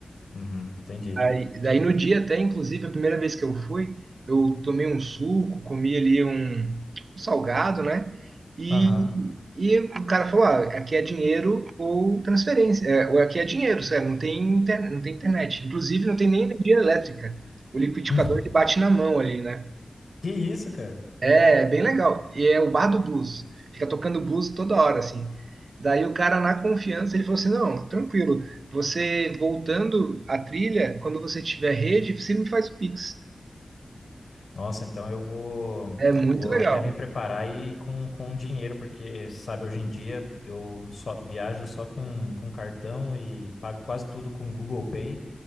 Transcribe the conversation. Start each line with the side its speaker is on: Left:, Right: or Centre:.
Left: Uhum, entendi.
Right: Aí, daí no dia até, inclusive, a primeira vez que eu fui, eu tomei um suco, comi ali um, um salgado, né? E,
Left: Aham.
Right: e o cara falou, ah, aqui é dinheiro ou transferência, é, ou aqui é dinheiro, sério, não tem, inter- não tem internet. Inclusive, não tem nem energia elétrica. O liquidificador,
Left: <laughs>
Right: ele bate na mão ali, né?
Left: Que isso, cara?
Right: É bem legal. E é o bar do blues. Fica tocando blues toda hora, assim. Daí o cara, na confiança, ele falou assim: Não, tranquilo. Você voltando a trilha, quando você tiver rede, você me faz o pix.
Left: Nossa, então eu vou,
Right: É muito
Left: eu vou
Right: legal.
Left: até me preparar e com, com dinheiro, porque você sabe, hoje em dia eu só viajo só com, com cartão e pago quase tudo com Google Pay.